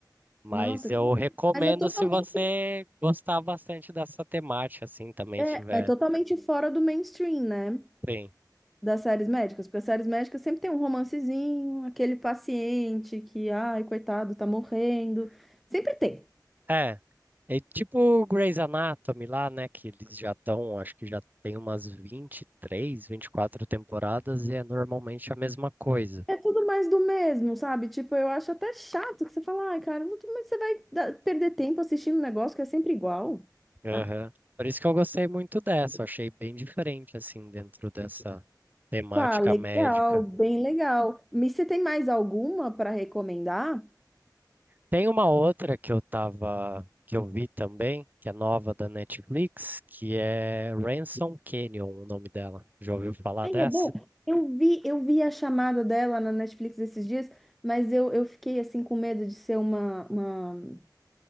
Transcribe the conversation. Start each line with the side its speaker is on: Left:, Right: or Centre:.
Right: Mas
Centre: Nossa,
Right: eu
Centre: que...
Right: recomendo
Centre: mas é totalmente,
Right: se você gostar bastante dessa temática, assim, também
Centre: é,
Right: tiver.
Centre: é totalmente fora do mainstream, né?
Right: Sim.
Centre: Das séries médicas, porque as séries médicas sempre tem um romancezinho, aquele paciente que, ai, coitado, tá morrendo. Sempre tem.
Right: É, é tipo Grey's Anatomy lá, né? Que eles já estão, acho que já tem umas 23, quatro temporadas e é normalmente a mesma coisa.
Centre: É tudo mais do mesmo, sabe? Tipo, eu acho até chato que você fala, ai, cara, mas você vai dar- perder tempo assistindo um negócio que é sempre igual.
Right: Aham.
Centre: Ah,
Right: Por isso que eu gostei muito dessa, eu achei bem diferente, assim, dentro dessa temática
Centre: pá, legal,
Right: médica.
Centre: bem legal. Mas você tem mais alguma para recomendar?
Right: Tem uma outra que eu tava, que eu vi também, que é nova da Netflix, que é Ransom Canyon, o nome dela. Já ouviu falar
Centre: Ai,
Right: dessa?
Centre: é bom. Eu vi, eu vi a chamada dela na Netflix esses dias, mas eu, eu fiquei assim com medo de ser uma, uma